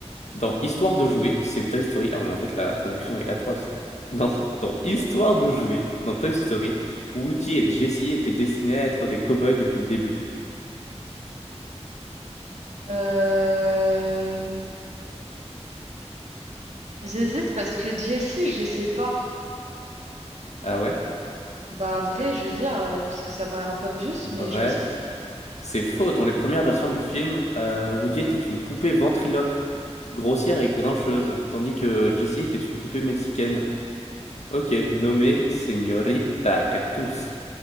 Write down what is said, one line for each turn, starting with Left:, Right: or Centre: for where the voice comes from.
Left: Dans Histoire de jouer, c'est Toy Story. Ah, mais en fait, la traduction est atroce. Dans, dans Histoire de jouer, dans Toy Story, Woody et Jessie étaient destinés à être des cow-boys depuis le début.
Right: Euh, J'hésite parce que Jessie, je sais pas.
Left: Ah ouais?
Right: Bah vrai, je veux dire, euh, parce que ça paraît un peu obvious,
Left: Vrai.
Right: mais je pense que... c'est-
Left: C'est faux. Dans les premières versions du film, euh, Woody était une poupée ventriloque, grossière et grincheuse, tandis que Jessie était une poupée mexicaine. Ok, nommée Señorita Cactus.